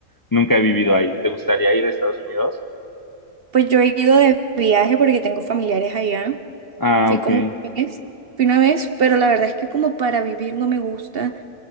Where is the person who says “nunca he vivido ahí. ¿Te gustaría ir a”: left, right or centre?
Left